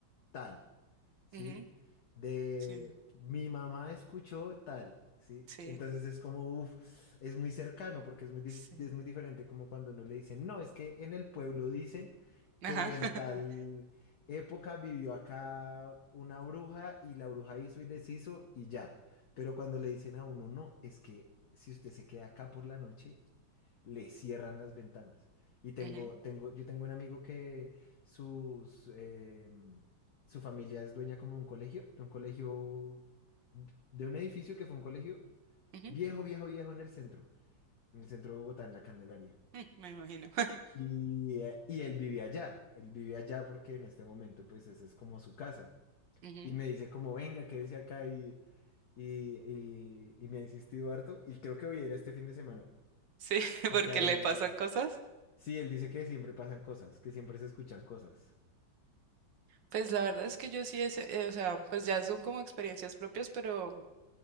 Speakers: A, on the left; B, on the right.
A: tal. ¿sí?
B: ujú,
A: De
B: sí,
A: mi mamá escuchó tal, ¿sí?
B: sí,
A: Entonces es como, uff, es muy cercano porque es muy, dis-
B: sí,
A: es muy diferente como cuando uno le dicen, no, es que en el pueblo dicen
B: ajá,
A: que en
B: <laughs>
A: tal época vivió acá una bruja y la bruja hizo y deshizo y ya. Pero cuando le dicen a uno, no, es que si usted se queda acá por la noche, le cierran las ventanas. Y tengo,
B: ujú,
A: tengo, yo tengo un amigo que sus, em, su familia es dueña como de un colegio, de un colegio, de un edificio que fue un colegio
B: ujú,
A: viejo, viejo, viejo en el centro, en el centro de Bogotá, en La Candelaria.
B: mm, me imagino,
A: Y, eh, y él vivía allá, él vivía allá porque en este momento pues esa es como su casa.
B: ujú,
A: Y me dice como, venga, quédese acá y, y, y, y me ha insistido harto y creo que voy a ir este fin de semana
B: sí, <laughs>
A: a
B: porque
A: quedarme
B: le
A: allá.
B: pasan cosas.
A: Sí, él dice que siempre pasan cosas, que siempre se escuchan cosas.
B: Pues la verdad es que yo sí, es, eh, o sea, pues ya son como experiencias propias, pero,